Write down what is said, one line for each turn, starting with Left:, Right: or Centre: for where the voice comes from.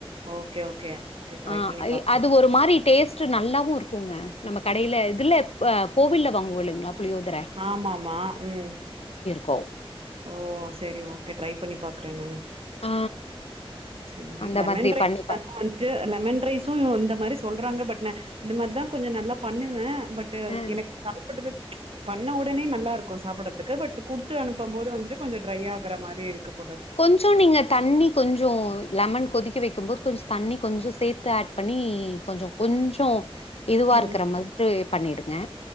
Right: ஓகே ஓகே செரி ட்ரை
Left: ஆ
Right: பண்ணி
Left: அய்
Right: பாக்றே
Left: அது ஒரு மாரி டேஸ்ட் நல்லாவு இருக்கும். குங்க நம்ம கடையில இதுல ப கோவில்ல வாங்குவோம் இல்லைங்களா புளியோதர
Right: ஆமாமா உம்.
Left: கோ
Right: ஓ சேரி ஓகே ட்ரை பண்ணி பாக் குறே நானு
Left: ஆ
Right: சேரி
Left: அந்த
Right: லெமன்
Left: மாதிரி
Right: ரைஸ்
Left: பண்ணி பா
Right: <inaudible> வந்துட்டு லெமன் ரைஸும் இந்த மாரி சொல் றாங்க பட் நா இந்த மாரிதா கொஞ்சோ நல்லா பண்ணுவே பட்
Left: ஆ
Right: எனக்கு <inaudible> பண்ண உடனே நல்லா இருக்கும் சாப்பிட்றதுக் க்கு பட் குடுத்து அனுப் சாதோ வந்துட்டு கொஞ்சோ ட்ரை ஆகுற மாதிரி இருக்கும்.
Left: கொஞ்சோ நீங்க தண்ணி கொஞ்சோ லெமன் கொதிக் வெக்கும் போது கொஞ்சோ தண்ணி கொஞ்சோ சேர்த்து ஆட் பண்ணி கொஞ்சோ கொஞ்சோ இதுவா
Right: உம்
Left: இருக்கிற மாதிரி பண்ணிடுங்க